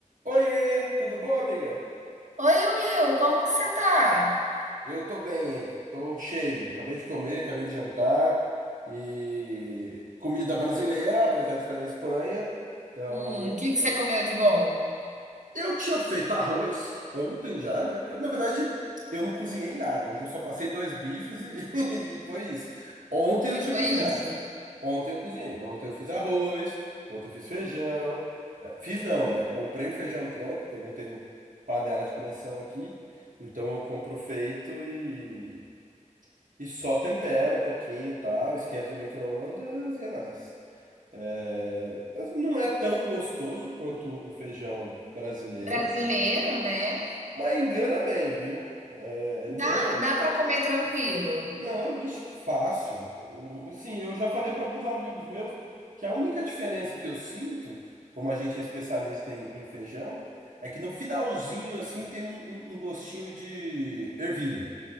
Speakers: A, on the right; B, on the right.
A: Oiê, tudo bom, amiga?
B: Oi, Will, como que você tá?
A: Eu tô bem, tô cheio. Acabei de comer, acabei de jantar e comida brasileira, apesar de estar na Espanha. Então,
B: Hum, o que que você comeu de bom?
A: Eu tinha feito arroz ontem já, né? Eu, na verdade, eu não cozinhei nada. Hoje eu só passei dois bifes e, <laughs> e foi isso. Ontem eu
B: E
A: tinha
B: foi
A: cozinhado.
B: isso.
A: Ontem eu cozinhei. Ontem eu fiz arroz, ontem eu fiz feijão. Eh, Fiz não, né? Comprei o feijão pronto, porque eu não tenho panela de pressão aqui. Então eu compro feito e, e só tempero um pouquinho, e tal, esquento no micro-ondas e é nóis. Eh, mas não é tão gostoso quanto o feijão brasileiro.
B: Brasileiro, né?
A: Mas engana bem, viu? É, engana
B: Dá,
A: bem.
B: dá para comer tranquilo.
A: Não, vixe, fácil. O, assim, eu já falei para alguns amigos meus que a única diferença que eu sinto, como a gente é especialista em, em feijão, é que no finalzinho, assim, tem um, um- um gostinho de ervilha.